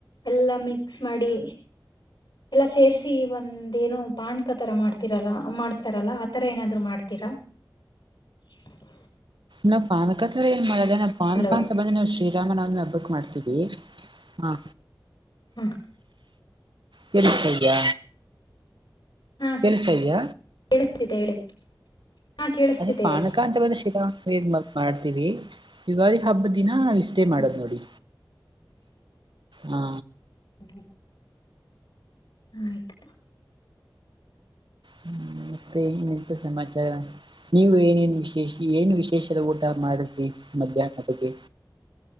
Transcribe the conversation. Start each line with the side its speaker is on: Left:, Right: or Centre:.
Left: ಎಲ್ಲಾ ಮಿಕ್ಸ್ ಮಾಡಿ ಎಲ್ಲಾ ಸೇರ್ಸಿ ಒಂದ ಏನೋ ಪಾಣ್ಕ ತರ ಮಾಡ್ತಿರಲ್ಲ ಮಾಡ್ತಾರಲ್ಲ ಆತರ ಏನಾದ್ರು ಮಾಡ್ತೀರ ಯಾ
Right: ನಾವ ಪಾನಕ ತರ ಏನ್ ಮಾಡಲ್ಲಾ ನಾವ ಪಾನಕ
Left: ಹಲೋ
Right: ಅಂತ ಬಂದ್ರೆ ನಾವು ಶ್ರೀರಾಮನ್ ಅವ್ ಹಬ್ಬಕ್ ಮಾಡ್ತೀವಿ. ಇ ಹಾ.
Left: ಹ್ಮ್
Right: ಕೆಳುಸ್ತಯಿದಿಯ
Left: ಹಾ
Right: ಕೇಳುಸ್ತಯಿದಿಯ
Left: ಕೇಳಿಸ್ತಿದೆ ಹೇಳಿ ಹಾ ಕೇಳಿಸ್ತಿದೆ
Right: ಅದೇ ಪಾನಕ
Left: ಹೇಳಿ
Right: ಅಂತ ಶ್ರೀ ರಾಮ <unintelligible> ಮಾಡ್ತೀವಿ ಯುಗಾದಿ ಹಬ್ಬದ ದಿನ ಹಾ ನಾವು ಇಷ್ಟೇ
Left: ಹ್ಮ
Right: ಮಾಡೋದು ನೋಡಿ ಹಾ
Left: ಹು ಹ ಆಯ್ತ.
Right: ಹ್ಮ ಮತ್ತೆ ಏನಂತ ಸಮಾಚಾರ ನೀವು ಏನನ್ ವಿಶೇಷ ಏನು ವಿಶೇಷದ ಊಟ ಮಾಡಿದಿ ಮಧ್ಯಾಹ್ನ ಬಗ್ಗೆ